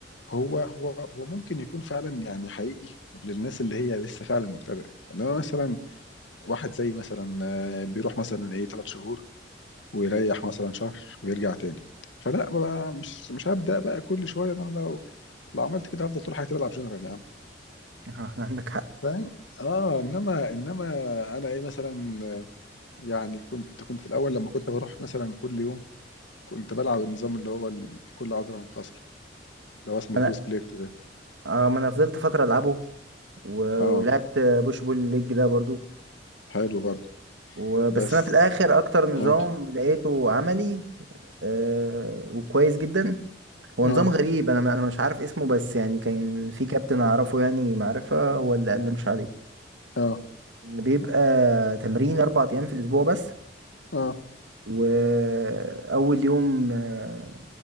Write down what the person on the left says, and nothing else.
هو هو هو ممكن يكون فعلا يعني حقيقي للناس اللي هي لسه فعلا مبتدئة انما مثلا واحد زي مثلا آه، بيروح مثلا ايه ثلاث شهور ويريح مثلا شهر ويرجع تاني فلا بقى مش مش هبدأ بقى كل شوية ده انا لو لو عملت كده هفضل طول حياتي بلعب جنرال يا عم
فاهم اه انما انما انا ايه مثلا آه، يعني كنت كنت في الاول لما كنت بروح مثلا كل يوم كنت بلعب النظام اللي هو ال- كل عضله منفصله اللي هو اسمه
بروس
بليت ده
اه
حلو برضه
بس
اه
اه
اه
اه